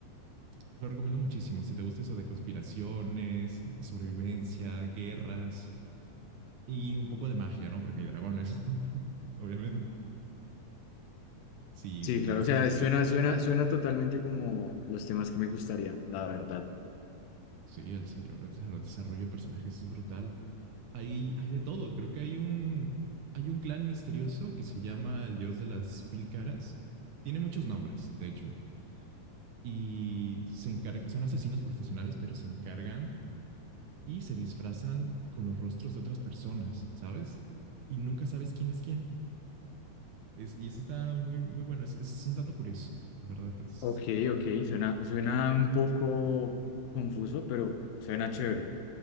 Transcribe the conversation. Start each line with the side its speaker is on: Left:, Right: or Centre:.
Right: Te lo recomiendo muchísimo. Si te gusta eso de conspiraciones, sobrevivencia, guerras, Y un poco de magia, ¿no? Porque hay dragones, <laughs> obviamente. Si,
Left: Sí,
Right: si te
Left: claro,
Right: gusta
Left: o sea,
Right: ese aspecto.
Left: suena, suena, suena totalmente como los temas que me gustaría, la verdad.
Right: Sí, el, el desarrollo de personajes es brutal. Hay, hay de todo. Creo que hay un, hay un clan misterioso que se llama el dios de las mil caras. Tiene muchos nombres, de hecho. Y se encarga, son asesinos profesionales, pero se encargan y se disfrazan con los rostros de otras personas, ¿sabes? Y nunca sabes quién es quién. Es, y eso está muy, muy bueno. Es, es un dato curioso, la verdad. Es
Left: Ok, ok, suena, suena un poco confuso, pero suena chévere.